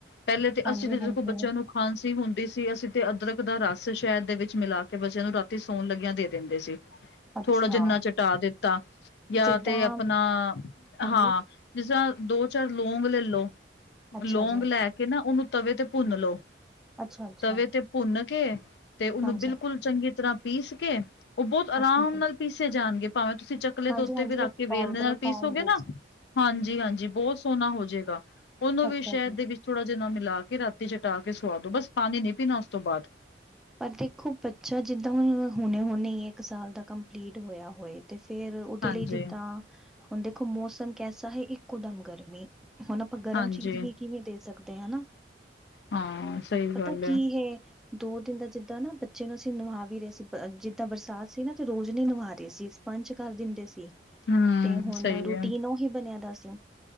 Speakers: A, on the left (about 65°); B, in the centre.
A: ਪੈਲੇ ਤੇ
B: ਹਾਂਜੀ-ਹਾਂਜੀ
A: ਅਸੀ ਵੀ ਦੇਖੋ ਬੱਚਿਆਂ ਨੂੰ ਖਾਂਸੀ ਹੁੰਦੀ ਸੀ, ਅਸੀ ਤੇ ਅਦਰਕ ਦਾ ਰਸ ਸ਼ਹਿਦ ਦੇ ਵਿੱਚ ਮਿਲਾ ਕੇ ਬੱਚਿਆਂ ਨੂੰ ਰਾਤੀ ਸੌਣ ਲੱਗਿਆ ਦੇ ਦੇਂਦੇ ਸੀ।
B: ਅੱਛਾ
A: ਥੋੜ੍ਹਾ ਜਿੰਨਾ ਚਟਾ ਦਿੱਤਾ। ਯਾ
B: ਜਿੱਦਾਂ
A: ਤੇ ਆਪਨਾ
B: ਹਾਂਜੀ
A: ਹਾਂ, ਜਿਸਰਾਂ ਦੋ ਚਾਰ ਲੌਂਗ ਲੇਲੋ।
B: ਅੱਛਾ
A: ਲੌਂਗ
B: ਜੀ
A: ਲੈ ਕੇ ਨਾ ਓਨੂੰ ਤਵੇ ਤੇ ਭੁੰਨ ਲਓ,
B: ਅੱਛਾ-ਅੱਛਾ
A: ਤਵੇ ਤੇ ਭੁੰਨ ਕੇ ਤੇ ਓਨੂੰ
B: ਹਾਂਜੀ
A: ਬਿਲਕੁਲ ਚੰਗੀ ਤਰਾ ਪੀਸ ਕੇ ਓ ਬੌਤ ਅਰਾਮ
B: ਅੱਛਾ ਜੀ
A: ਨਾਲ ਪੀਸੇ ਜਾਣਗੇ। ਭਾਵੇਂ-ਤੁਸੀਂ ਚਕਲੇ
B: ਹਾਂਜੀ-ਹਾਂਜੀ
A: ਦੇ ਉੱਤੇ ਵੀ ਰੱਖ
B: ਉਹ
A: ਕੇ ਵੇਲਣੇ
B: ਪਾਊਡਰ
A: ਦੇ ਨਾਲ ਪੀਸੋਗੇ
B: ਫੋਮ ਵਿੱਚ
A: ਨਾ ਹਾਂਜੀ, ਹਾਂਜ। ਬੌਤ ਸੋਹਣਾ ਹੋਜੇਗਾ। ਓਨੂੰ
B: ਅੱਛਾ
A: ਵੀ ਸ਼ਹਿਦ
B: ਜੀ।
A: ਦੇ ਵਿੱਚ ਥੋੜਾ ਜਿਆ ਨਾ ਮਿਲਾ ਕੇ ਰਾਤੀ ਚਟਾ ਕੇ ਸਵਾਦੋ ਬਸ ਪਾਨੀ ਨੀ ਪੀਨਾ ਓਸ ਤੋਂ ਬਾਅਦ।
B: ਪਰ ਦੇਖੋ ਬੱਚਾ ਜਿੱਦਾਂ ਹੁ ਹੁਣੇ ਹੁਣੇ ਇੱਕ ਸਾਲ ਦਾ ਕੰਪਲੀਟ ਹੋਇਆ ਹੋਏ। ਤੇ ਫੇਰ ਓਦੇ
A: ਹਾਂਜੀ
B: ਲਈ ਜਿੱਦਾਂ ਹੁਨ ਦੇਖੋ! ਮੌਸਮ ਕੈਸਾ ਹੈ। ਇੱਕੋ ਦਮ ਗਰਮੀ, ਹੁਨ ਆਪਾਂ ਗਰਮ
A: ਹਾਂਜੀ
B: ਚੀਜ਼ ਵੀ ਕਿਵੇਂ ਦੇ ਸਕਦੇ ਹਨਾ।
A: ਹਾਂ ਸਹੀ
B: ਪਤਾ
A: ਗੱਲ
B: ਕੀ ਹੈ ਦੋ ਦਿਨ ਦਾ ਜਿੱਦਾਂ ਨਾ ਬੱਚੇ ਨੂੰ ਅਸੀਂ ਨਵਾ ਵੀ ਰਹੇ ਸੀ। ਜਿੱਦਾਂ ਬਰਸਾਤ ਸੀ ਨਾ ਤੇ ਰੋਜ਼ ਨ ਨਵਾ ਰਹੇ ਸੀ। ਪੰਚ ਕਰ ਦਿੰਦੇ ਸੀ
A: ਹਮ
B: ਤੇ ਹੁਣ
A: ਸਹੀ
B: ਰੂਟੀਨ
A: ਹੈ
B: ਉ ਹੀ ਬਣਿਆ ਦਾ ਸੀ।